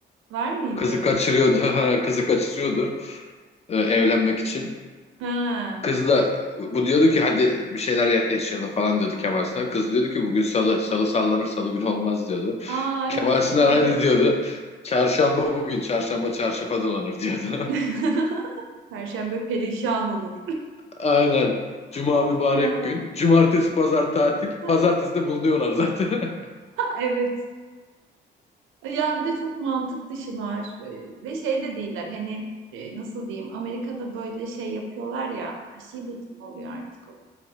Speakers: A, on the right; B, on the left.
A: <laughs> Var mıydı?
B: Kızı kaçırıyordu. <laughs> ha, Kızı kaçırıyordu e, evlenmek için.
A: Ha.
B: Kızla bu diyordu ki hadi bir şeyler ya- yaşayalım falan diyordu Kemal Sunal. Kız diyordu ki bugün salı. Salı sallanır salı günü olmaz diyordu.
A: Aa
B: Kemal
A: evet hatırladım.
B: Sunal hadi diyordu. Çarşamba bugün, çarşamba çarşafa dolanır diyordu.
A: <laughs> Perşembe perişan olur.
B: <laughs> Aynen. Cuma
A: Of
B: mübarek
A: ya.
B: gün. Cumartesi pazar tatil.
A: Hadi.
B: Pazartesi
A: <laughs>
B: de bulunuyorlar zaten. <laughs>
A: Evet. Ya bir de çok mantık dışılar Ee, ve şey de değiller. Hani e, nasıl diyeyim? Amerika'da böyle şey yapıyorlar ya. Vahşi batı mı oluyor artık o?